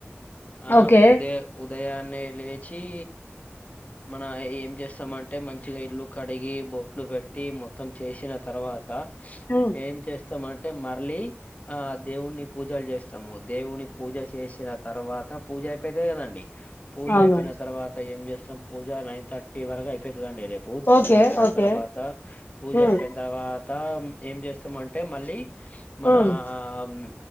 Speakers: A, on the left; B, on the left.
A: ఆ
B: ఓకే
A: ఉదయ ఉదయాన్నే లేచి మన ఏం చేస్తామంటే. మంచిగా ఇల్లు కడిగి బోట్లు పెట్టి మొత్తం. చేసిన తర్వాత్ త
B: ఉమ్
A: ఏం చేస్ స్తాం. అంటే మర్ళ్ళీ ఆ దేవుణి పూజలు చేస్తాము. దేవుని పూజ చేసిన తర్వాత్ త పూజ అయిపోయిది కదండి. పూజ
B: అవును
A: అయిపోయిన తర్వాత ఏం చేస్తాం. పూజ నైన్ థర్టీ టి వరకు అయిపోయిది కదండి. రేపు పూజ
B: ఓకే
A: అయిపోయిన
B: ఓకే
A: తర్వాత, పూజ
B: ఉమ్
A: అయిపోయిన తర్వాత త ఏం చేస్తామంటే మళ్ళీ మన
B: ఉమ్
A: మ్మ్